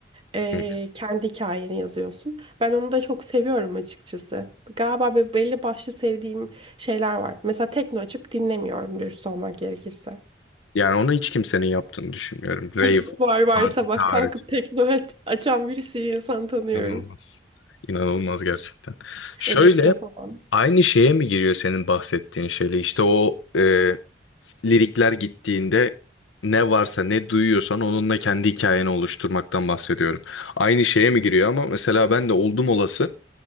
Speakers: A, on the right; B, on the left.
A: Ee,
B: Hı.
A: kendi hikayeni yazıyorsun. Ben onu da çok seviyorum açıkçası. Galiba be- belli başlı sevdiğim şeyler var. Mesela tekno açıp dinlemiyorum dürüst olmak gerekirse.
B: Yani onu hiç kimsenin yaptığını düşünmüyorum.
A: <laughs> Hep
B: Rave
A: var var
B: partisi
A: sabah
B: hariç.
A: kalkıp tekno aç- açan bir sürü insan tanıyorum.
B: İnanılmaz. İnanılmaz gerçekten. Şöyle
A: Elektro falan.
B: aynı şeye mi giriyor senin bahsettiğin şeyle? İşte o e, lirikler gittiğinde ne varsa ne duyuyorsan onunla kendi hikayeni oluşturmaktan bahsediyorum. Aynı şeye mi giriyor ama mesela ben de oldum olası